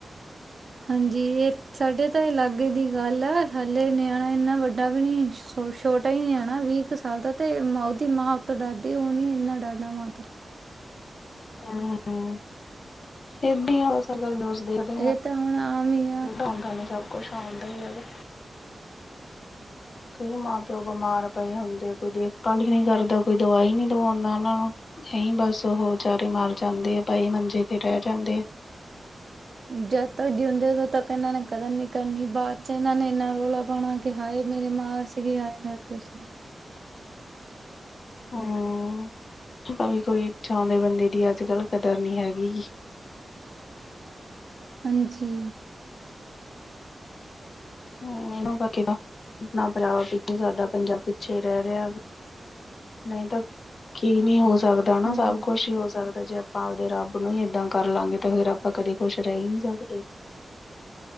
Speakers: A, on the right; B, on the left.
A: ਹਾਂਜੀ ਇਹ ਸਾਡੇ ਤਾਂ ਏ ਲਾਗੇ ਦੀ ਗੱਲ ਆ। ਹਲੇੇ ਨਿਆਣਾ ਇੰਨਾ ਵੱਡਾ ਵੀ ਨੀ ਛੋ -ਛੋਟਾ ਹੀ ਨਿਆਣਾ ਵੀ ਕ ਸਾਲ ਦਾ ਤੇ ਉਹਦੀ ਮਾਂ ਉਤੋਂ ਡਰਦੀ। ਉਹ ਨੀ ਇੰਨਾ ਡਰਦਾ ਮਾਂ ਤੋਂ।
B: ਹੂੰ, ਹੂੰ ਏਦਾਂ ਹੀ ਆ ਬਸ ਨਿੳਜ਼ ਦੇਖਦੀ
A: ਇਹ
B: ਹਾ।
A: ਤਾਂ ਹੁਣ ਆ ਮੀ ਹੀ
B: ਜਿੱਦਾਂ ਹੁਣ ਤੁਹਾਨੂੰ ਸਭ- ਕੁਛ ਆਉਂਦਾ ਹੀ ਹੈਗਾ। ਕਈ ਮਾਂ- ਪਿਓ ਬਿਮਾਰ ਪਏ ਹੁੰਦੇ। ਕੋਈ ਦੇਖਭਾਲ ਹੀ ਨਹੀਂ ਕਰਦਾ। ਕੋਈ ਦਵਾਈ ਨੀ ਦਵਾਉਂਦਾ ਉਹਨਾਂ ਨੂੰ। ਨਹੀਂ ਬਸ ਉਹ ਵਿਚਾਰੇ ਮਰ ਜਾਂਦੇ ਐ, ਬਾਈ ਮੰਜੇ ਤੇ ਰਹਿ ਜਾਂਦੇ ਐ।
A: ਜਦ ਤੱਕ ਜਿਉਂਦੇ ਉਦੋਂ ਤੱਕ ਇਹਨਾਂ ਨੇ ਕਦਰ ਨੀ ਕਰਨੀ। ਬਾਅਦ ਚ ਇਹਨਾਂ ਨੇ ਇੰਨਾ ਰੌਲਾ ਪਾਉਣਾ ਏ। ਕਿ ਹਾਏ ਮੇਰੇ ਮਾਂ ਸੀਗੀ। ਹਾਏ ਮੇਰਾ ਪਿਓ ਸੀਗਾ।
B: ਹਮ ਭਾਵੇ ਕੋਈ ਇੱਛਾ ਵਾਲੇ ਬੰਦੇ ਦੀ ਅੱਜ ਕੱਲ ਕਦਰ ਨੀ ਹੈਗੀ।
A: ਹਾਂਜੀ।
B: ਹਮ ਇਹ ਆਪਣਾ ਪੰਜਾਬ ਪੇ, ਸਾਡਾ ਪੰਜਾਬ ਪਿੱਛੇ ਰਹਿ ਰਿਹਾ। ਨਹੀਂ ਤਾਂ ਕੀ ਨਹੀਂ ਹੋ ਸਕਦਾ ਹਨਾ,
A: ਹਾਂਜੀ
B: ਸਭ ਕੁਛ ਹੀ ਹੋ ਸਕਦਾ ਜੇ ਆਵਦੇ ਰੱਬ ਨੂੰ ਹੀ ਏਦਾਂ ਕਰ ਲਾਂਗੇ ਤੇ ਫੇਰ ਆਪਾਂ ਕਦੇ ਖੁਸ਼ ਰਹਿ ਹੀ ਨੀ ਸਕਦੇ।